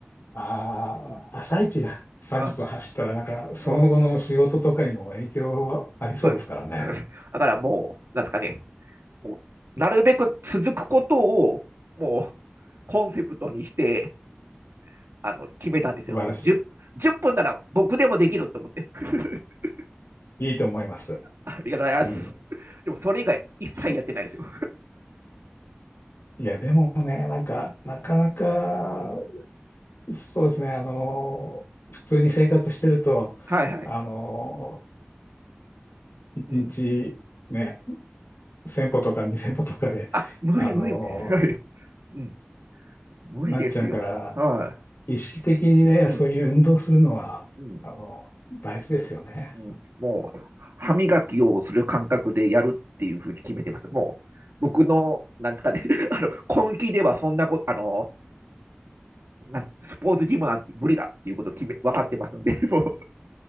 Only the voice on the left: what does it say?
ああ、
朝一や30分走ったら、
なんか、その後の仕事とかにも影響はありそうですからね。
素晴らし
い。いいと思います。
うん。
そいや、でもね、なんか、
なかなか、
そうですね、あの、普通に生活してると、
あの一日ね、
1000歩とか2000歩とかで、
あの、
なっちゃうから、
意識的にね、
そういう運動するのは、
あの、大事ですよね。